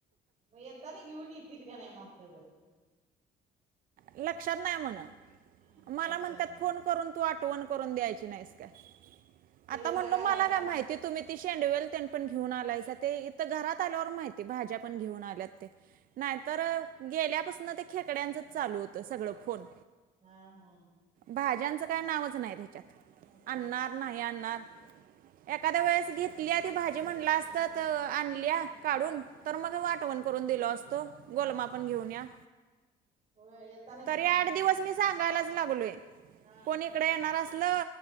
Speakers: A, on the right; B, on the right.
A: मग येता ना घेऊन येतील का नाही मापटभर......
B: लक्षात नाही म्हण
A: हा
B: मला
A: लक्षात
B: म्हणतात
A: नाही
B: फोन करून..... त आठवण करून द्यायची नाही का
A: ते
B: आ
A: जरा
B: म्हणल
A: गा
B: म
A: घाट
B: का माहिती तुम्ही..... ती शेंडवेल पण घेऊन आलायच ते इथं घरात आल्यावर माहिती भाज्या पण घेऊन आल्यात ते.... नाही तर गेल्यापासून ते खेकड्यांचं चालू होतं सगळं फोन.....
A: हा हा.
B: भाज्यांचं काय नावच नाही त्याच्यात
A: नव्हतं.
B: आणणार नाही आणणार..... एखाद्या वेळेस घेतली ती भाजी म्हटला असतात आणली काढून..... तर मग आठवण करून दिलो असतो गोलम आपण घेऊन या......
A: हो येत.....
B: तरी आठ दिवस मी सांगायलाच लागलोय
A: हा
B: कोणी इकडे येणार असल.....